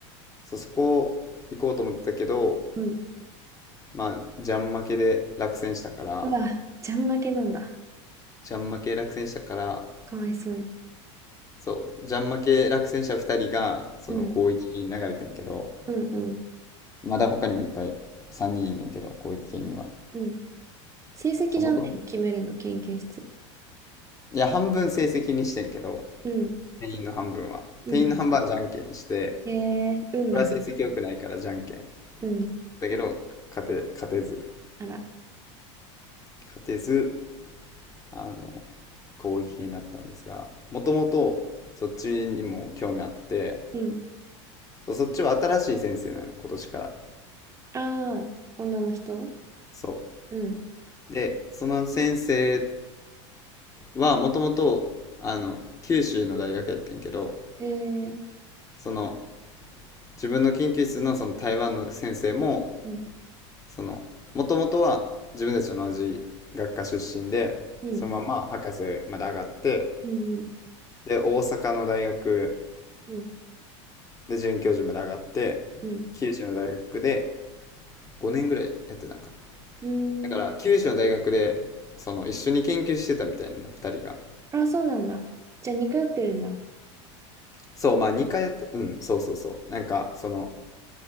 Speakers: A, on the left (about 20°); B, on the right (about 20°).
A: そう、そこ行こうと思ってたけど、
B: うん。
A: まあ、ジャン負けで落選したから、
B: うわ、ちゃん負けなんだ。
A: ジャン負け落選したから、
B: かわいそうに。
A: そう、ジャン負け落選者2人が、その広域圏に流れてんけど、
B: うん、うん、うん、
A: まだ他にもいっぱい3人いんねんけど、広域圏には。
B: うん。成績じゃないの、
A: そう、元々
B: 決めるの、研究室。
A: いや、半分成績にしてんけど、
B: うん、
A: 定員の半分は。
B: うん。
A: 定員の半分はじゃんけんにして、
B: へえ、運なんだ。
A: これは成績良くないからじゃんけん。
B: うん、
A: だけど、勝て、勝てず、
B: あら、
A: 勝てず、あの、攻撃になったんですが、もともとそっちにも興味あって、
B: うん。
A: そそっちは新しい先生なの、今年から。
B: ああ、女の人
A: そ
B: うん。
A: う。で、その先生はもともと、あの、九州の大学やってんけど、
B: へえ、
A: その、自分の研究室のその台湾の先生も、
B: うん、
A: その、もともとは自分たちと同じ学科出身で、
B: うん、
A: そのまま博士まで上がって、
B: うん、
A: で、大阪の大学
B: うん、
A: で、准教授まで上がって、
B: うん、うん。
A: 九州の大学で5年ぐらいやってたんかな。
B: うーん。
A: だから、九州の大学で、その、一緒に研究してたみたいな、2人が。
B: あ、そうなんだ。じゃあ、似通ってるんだ。
A: そう、まあ、2回やって、うん、そうそうそう。なんか、その、